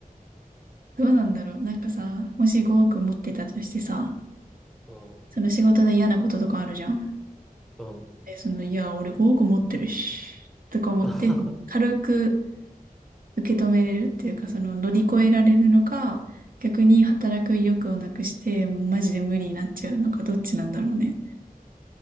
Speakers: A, on the right; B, in the centre.
A: どうなんだろう。なんかさ、もし5億持ってたとしてさ、
B: うん、
A: その仕事で嫌なこととかあるじゃん。
B: うん。
A: え、その、いや、俺5億持ってるし、とか思って、
B: <laughs>
A: 軽く受け止めれるっていうか、その乗り越えられるのか、逆に働く意欲をなくして、マジで無理になっちゃうのか、どっちなんだろうね。